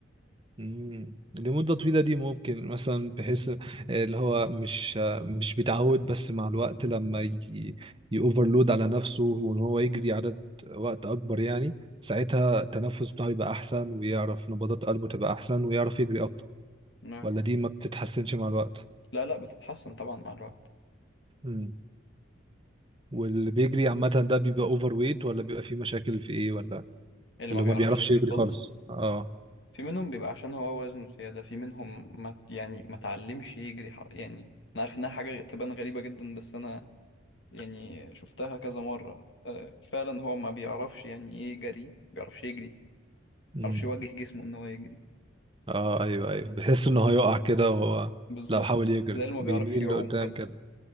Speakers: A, on the right; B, on the left.
A: مم. لمدة طويلة دي ممكن مثلا بحيث آه، اللي هو مش آه، مش بيتعود بس مع الوقت لما ي... يأوفرلود على نفسه وان هو يجري عدد وقت اكبر يعني ساعتها التنفس بتاعه يبقى احسن ويعرف نبضات قلبه تبقى احسن ويعرف يجري اكتر
B: نعم
A: ولا دي ما بتتحسنش مع الوقت
B: لا لا بتتحسن طبعا مع الوقت
A: مم. واللي بيجري عامة ده بيبقى اوفر ويت ولا بيبقى فيه مشاكل في ايه ولا
B: اللي
A: اللي
B: ما بيعرفش
A: هو ما بيعرفش
B: يجري
A: يجري
B: خالص
A: خالص اه
B: في منهم بيبقى عشان هو وزنه زيادة في منهم ما يعني ما تعلمش يجري ح- يعني أنا عارف إنها حاجة تبان غريبة جدا بس أنا يعني شفتها كذا مرة آه، فعلا هو ما بيعرفش يعني إيه جري ما بيعرفش يجري ما
A: مم.
B: بيعرفش يوجه جسمه إن هو يجري
A: اه ايوه ايوه بيحس انه هيقع كده وهو
B: بالظبط
A: لو حاول يجري
B: زي اللي ما بيعرفش
A: بيميل
B: يعوم
A: لقدام
B: كده
A: كده